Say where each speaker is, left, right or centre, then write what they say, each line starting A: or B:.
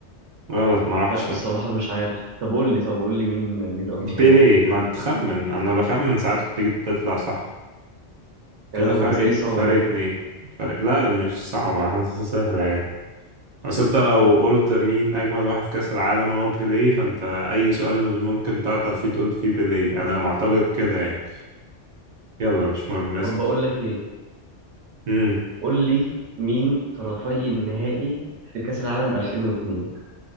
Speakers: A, on the right; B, on the right.
A: غلط ما راحش
B: لا بصراحة
A: لا
B: مش عارف طب قول لي طب قول لي مين مين أظهر
A: بيليه
B: لاعب
A: ما تخمن أنا بخمن ساعات بتيجي تطلع صح كده
B: يا لهوي
A: فرق
B: بس دي صعبة
A: فرق
B: دي
A: اتنين فرق لا مش صعبة حاسسها سهلة يعني بس انت لو قلت مين أجمل واحد في كأس العالم هو بيليه فانت أي سؤال ممكن تعطل فيه تقول فيه بيليه أنا معتقد كده يعني يلا مش مهم اسأل
B: طب بقول لك إيه
A: امم
B: قول لي مين طرفي النهائي في كأس العالم 2002